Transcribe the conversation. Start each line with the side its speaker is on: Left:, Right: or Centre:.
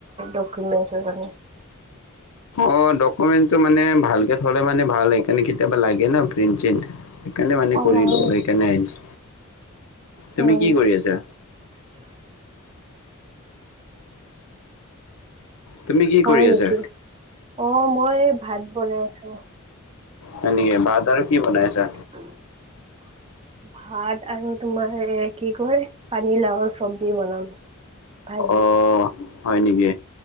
Right: ডকুমেন্টৰ কাৰণে
Left: অ', ডকুমেণ্টটো মানে ভালকে থ'লে মানে ভাল সেইকাৰণে কেতিয়াবা লাগে ন প্ৰিন্ট চিন্ট সেইকাৰণে মানে
Right: অ
Left: কৰিলো
Right: অ।
Left: সেইকাৰণে আহিছো
Right: হয়
Left: তুমি কি
Right: নেকি?
Left: কৰি আছা তুমি কি
Right: হয়
Left: কৰি
Right: নেকি,
Left: আছা
Right: অ মই ভাত বনাই আছো
Left: হয় নেকি ভাত আৰু কি বনাইছা
Right: <unintelligible> ভাত আৰু তোমাৰ এ কি কয় পানীৰ লাওৰ চব্জি বনাম ভাজি।
Left: অ হয় নেকি